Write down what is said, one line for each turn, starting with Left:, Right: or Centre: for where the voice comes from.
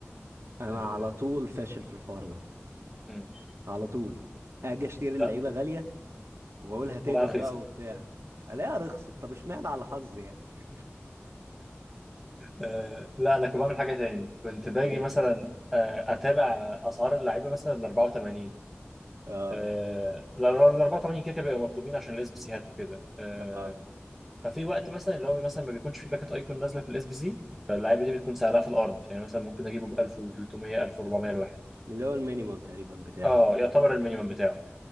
Right: انا
Centre: آه
Right: على طول فاشل في الحوار ده
Centre: مم.
Right: على طول اجي اشتري
Centre: لا
Right: اللعيبه غاليه واقول هتغلى
Centre: وبقى رخيصه
Right: بقى وبتاع الاقيها رخصت طب اشمعنى على حظي يعني
Centre: آه لا انا كنت بعمل حاجه تاني كنت باجي
Right: ايه
Centre: مثلا آه اتابع اسعار اللعيبه مثلا ال 84
Right: اه
Centre: آه ال 84 كده كده بيبقوا مطلوبين عشان الاسبيسيهات وكده آه
Right: اه
Centre: ففي وقت مثلا اللي هو مثلا ما بيكونش في باكت ايكون نازله في الاس بي سي فاللعيبه دي بتكون سعرها في الارض يعني مثلا ممكن اجيبه ب 1300 1400 الواحد
Right: اللي هو المينيمم تقريبا بتاعه
Centre: اه يعتبر المينيمم بتاعه